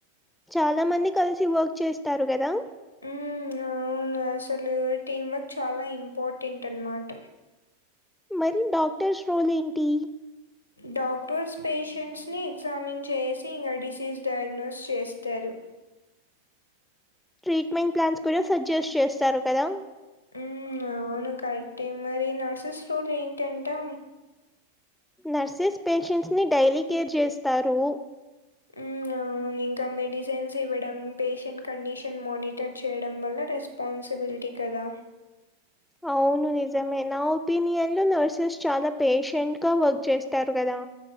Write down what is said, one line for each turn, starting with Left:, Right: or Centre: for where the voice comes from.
Centre: చాలా మంది కలిసి వర్క్ చేస్తారు కదా
Left: ఉమ్ అవును అసలు టీం వర్క్ చాలా ఇంపార్టెంట్ అనమాట
Centre: మరి డాక్టర్స్ రోల్ ఏంటి
Left: డాక్టర్స్ పేషెంట్స్ని ఎగ్జామిన్ చేసి ఇంక డిసీజ్ డయాగ్నోస్ చేస్తారు
Centre: ట్రీట్మెంట్ ప్లాన్స్ కూడా సజెస్ట్ చేస్తారు కదా
Left: ఉ అవును కరెక్టే మరి నర్సెస్ రోల్ ఏంటంటా
Centre: నర్సెస్ పేషెంట్స్ ని డైలీ కేర్ చేస్తారు
Left: ఉ ఇంకా మెడిసైన్స్ ఇవ్వడం పేషెంట్ కండిషన్ మానిటర్ చేయడం వల్ల రెస్ స్పాన్సిబీలిటీ కదా
Centre: అవును నిజమే నా ఒపీనియన్లో నర్సెస్ చాలా పేషెంట్గా వర్క్ చేస్తారు కదా